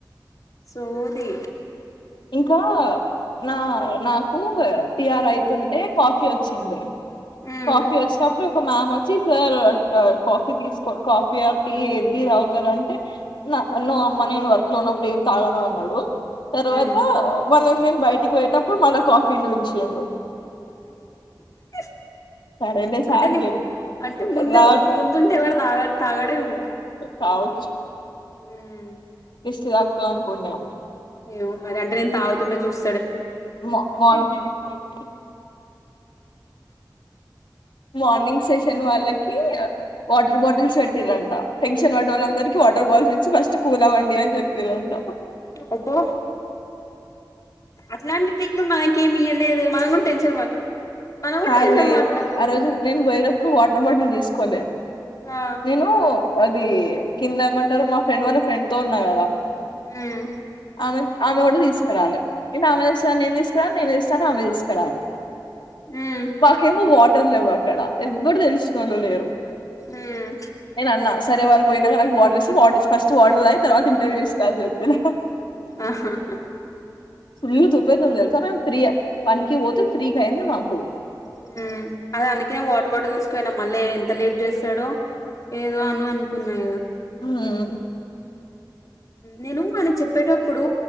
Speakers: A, on the left (about 45°); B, on the left (about 80°).
A: సోది
B: ఇంకా నా, నాకు టిఆర్ అయితుంటే కాఫీ వచ్చింది.
A: మ్మ్
B: కాఫీ వచ్చినప్పుడు ఒక మ్యామ్ వచ్చి సార్ కాఫీ, తీసుకో కాఫీ ఆర్ టీ ఏది తాగుతారంటే. నో అమ్మ నేను వర్క్ లో ఉన్నప్పుడు ఏం తాగను అన్నాడు తర్వా.
A: అ
B: నేను బయటికి పోయేటప్పుడు మల్ల కాఫీని పిలిసిండు.
A: <inaudible>
B: సరేలే సార్
A: అంటే ని
B: కి
A: అంటే ముందు,
B: నా
A: ముందుంటే ఎవాడ తాగ తాగడేమో?
B: కావచ్చు
A: మ్మ
B: ఇస్లాక్టివ్ అనుకుణ్యం
A: ఏమో మరి అంటే నేను తాగుతుండే చూస్.
B: మ మ. <unintelligible> మార్నింగ్ సెషన్ వాళ్ళకి వాటర్ బాటిల్స్ పెట్టిరంట. టెన్షన్ పడ వాళ్ళందరికి వా, వాటర్ బాల్స్ ఇచ్చి ఫస్ట్ కూల్ అవ్వండి అని చెప్పిరంట.
A: అబ్బో అట్లాంటి ట్రిక్లు, మనకేమియలేదే మనం కూడా టెన్షన్. మనం కూడా
B: కాదే
A: టెన్షన్ పడినాము
B: ఆ రోజు నేను పోయిన ఇప్పుడు వాటర్ బాటిల్ తీసుకోలే
A: ఆ
B: నేను. అది కింద ఏమంటారు మా ఫ్రెండ్ వాళ్ళ ఫ్రెండ్ తో ఉన్నా కదా.
A: మ్మ్
B: ఆమె ఆమె కూడా తీసుకరాలె, నేను ఆమె తెస్తదని నేను తీసుకురావాలే, నేను తెస్తానని ఆమె తీసుకరాలే.
A: ఉమ్
B: మాకేమో వాటర్ లేవు అక్కడ ఎవ్వడు తెలిసినోళ్ళు లేరు.
A: ఉమ్
B: నేనన్న సరే వాళ్లు. పోయినాక వాటర్ ఇస్తే <unintelligible> ఫస్ట్ వాటర్ తాగి తర్వాత ఇంటర్వ్యూ ఇస్త అని చెప్పినా.
A: ఆ హా హా
B: ఫుల్లు ధూపయితుంది తెల్సా మేం త్రీ, వన్ కి పోతే త్రీకి అయ్యింది మాకు.
A: <unintelligible> అదే అందుకే వాటర్ బాటిల్ తీసుకపోయిన మళ్ళీ ఎంత లేట్ చేస్తాడో. ఏదో అని అనుకున్నాయి ఇగ.
B: మ్మ్
A: నేను ఆయనకి చెప్పేటప్పుడు